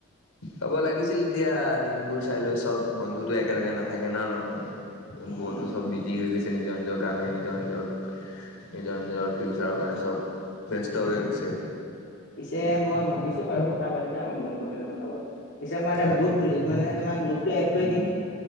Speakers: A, on the left; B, on the left.
A: হ'ব লাগিছিল, এতিয়া দিনবোৰ চাই লৈ, চব বন্ধুতো একেলগে নাথাকে ন' আমাৰ মানু কোন
B: উম,
A: বহুতো চব বিজি হৈ গৈছে নিজৰ নিজৰ কামে, নিজৰ নিজক নিজৰ নিজৰ ফিউচাৰৰ কাৰণে চব ব্যস্ত হৈ গৈছে।
B: পিছে মই ভাবিছোঁ বাৰু, কথা পাতিছোঁ আমাৰ বন্ধু কেইটাৰ লগত। পিছে মই
A: হয়।
B: এটা গ্ৰুপ খুলিছোঁ, মানে তোমাক গ্ৰুপটোত এড কৰি দিম।